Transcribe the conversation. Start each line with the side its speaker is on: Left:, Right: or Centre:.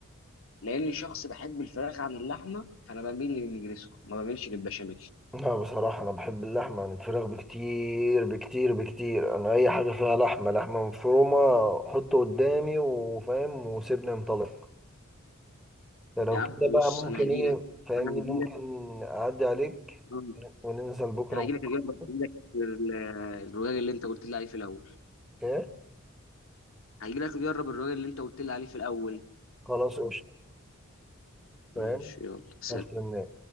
Left: لاني شخص بحب الفراخ عن اللحمه فانا بميل للنجريسكو ما بميلش للبشاميل
Centre: لا بصراحة أنا بحب اللحمة عن الفراخ بكتير بكتير بكتير أنا أي حاجة فيها لحمة لحمة مفرومة حطه قدامي وفاهم وسيبني انطلق فلو
Left: يا عم
Centre: كده بقى
Left: بص
Centre: ممكن
Left: انا هجي
Centre: إيه
Left: لك
Centre: فاهمني
Left: انا
Centre: ممكن
Left: هجي لك
Centre: أعدي عليك
Left: آه،
Centre: وننزل بكرة
Left: انا
Centre: مع
Left: هجي لك اجرب
Centre: بعض.
Left: هجيلك ال- الرواية اللي انت قلت لي عليه في الاول
Centre: ايه
Left: هجي لك اجرب الرواية اللي انت قلت لي عليه في الاول
Centre: خلاص قشطة فاهم
Left: ماشي يلا سلام
Centre: هستناك